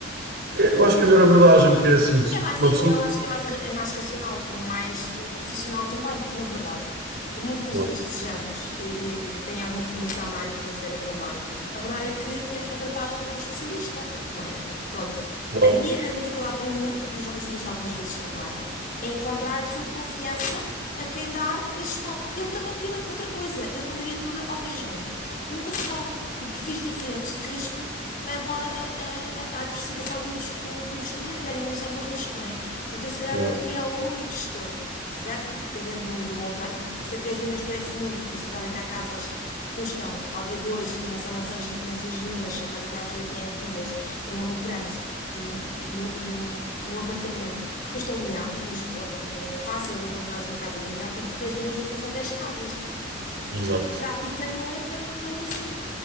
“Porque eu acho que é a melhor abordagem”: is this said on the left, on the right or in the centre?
Right